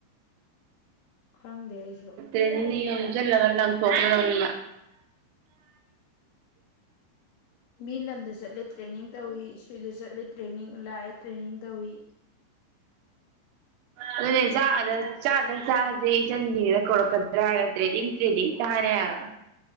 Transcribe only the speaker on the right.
ꯑꯦ ꯅ ꯖ ꯂꯒ ꯂ ꯊꯣꯛ꯭ꯔ ꯂꯧꯧꯅꯤ
ꯑꯗꯨꯅꯦ ꯆ ꯆꯥꯗ ꯆꯥꯁꯦ ꯏꯆꯟꯁꯤꯡ꯭ꯔꯤꯉꯩꯗ ꯀꯔꯛꯀꯗ꯭ꯔꯥ ꯍꯥꯏꯒ ꯇ꯭ꯔꯦꯗꯤꯡ ꯇ꯭ꯔꯦꯗꯤꯡ ꯇꯥꯔꯦ ꯍꯥꯏꯒ